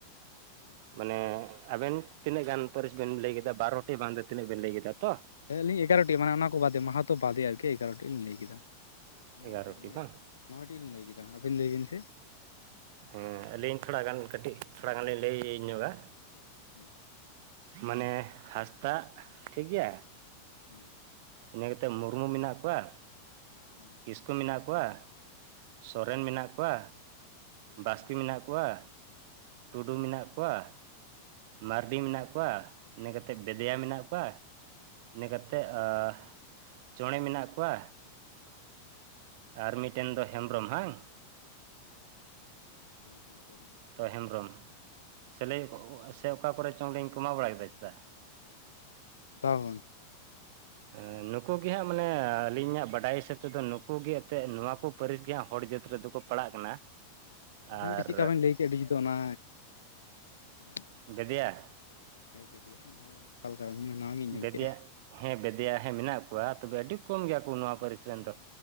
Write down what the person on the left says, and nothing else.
ᱦᱮᱸ ᱞᱟᱹᱭ ᱵᱤᱱ᱾
ᱦᱮ ᱟᱹᱞᱤᱧ ᱮᱜᱟᱨᱚᱴᱤ ᱢᱟᱱᱮ ᱚᱱᱟ ᱠᱚ ᱵᱟᱫᱮ ᱢᱟᱦᱟᱛᱚ ᱵᱟᱫᱮ ᱟᱨᱠᱤ ᱮᱜᱟᱨᱚᱴᱤ ᱞᱤᱧ ᱞᱟᱹᱭ ᱠᱮᱫᱟ᱾ ᱱᱚᱭ
ᱴᱤᱡ ᱱᱚᱭ
ᱱᱚᱭ ᱴᱤᱡ ᱞᱤᱧ ᱞᱟᱹᱭ ᱠᱮᱫᱟ ᱟᱵᱮᱱ ᱞᱟᱹᱭ ᱵᱤᱱ ᱥᱮ᱾
ᱦᱩᱸ
ᱦᱩᱸ
ᱦᱩᱸ
ᱦᱮᱸ
ᱟᱪᱪᱷᱟ
ᱦᱮᱸ ᱦᱮᱢᱵᱽᱨᱚᱢ
ᱵᱟᱝ ᱜᱚᱝ-
ᱟᱨᱦᱚᱸ ᱢᱤᱫᱴᱮᱱ ᱪᱮᱫᱠᱟ ᱵᱮᱱ ᱞᱟᱹᱭ ᱠᱮᱫ ᱟᱹᱰᱤ ᱡᱩᱛ ᱚᱱᱟ <inaudible>
ᱦᱮᱸ ᱵᱮᱫᱮᱭᱟ ᱦᱟᱸᱜ ᱚᱱᱟ ᱫᱚ ᱚᱠᱟᱞᱮᱠᱟ ᱤᱧ ᱢᱟ ᱱᱟᱣᱟ ᱜᱤᱧ
ᱟᱸᱡᱚᱢ ᱠᱮᱫ-ᱟ᱾